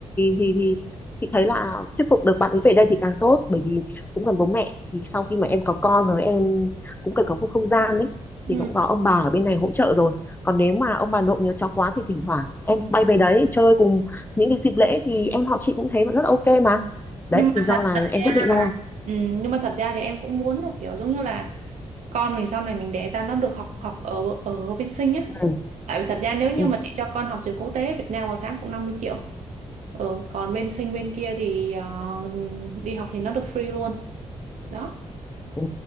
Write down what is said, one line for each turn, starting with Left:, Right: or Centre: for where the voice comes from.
Left: thì thì chị thấy là thuyết phục được bạn ấy về đây thì càng tốt bởi vì cũng gần bố mẹ thì sau khi mà em có con rồi em cũng cần có một không gian ấy thì
Right: Ừ.
Left: cũng có ông bà ở bên này hỗ trợ rồi còn nếu mà ông bà nội nhớ cháu quá thì thỉnh thoảng em bay về đấy chơi cùng những cái dịp lễ thì em họ chị cũng thấy vẫn rất là ok mà đấy
Right: Nhưng
Left: thì
Right: mà
Left: do
Right: thật
Left: là
Right: thật ra
Left: em quyết định thôi
Right: ừ, nhưng mà thật ra thì em cũng muốn là kiểu giống như là con mình sau này mình đẻ ra nó được học học ở ở bên Sinh nhá
Left: ừ,
Right: Tại vì thật ra nếu như
Left: ừ,
Right: mà chị cho con học trường quốc tế Việt Nam một tháng cũng 50 triệu. Ừ, còn bên Sinh bên kia thì ờ, đi học thì nó được free luôn. Đó.
Left: ừ.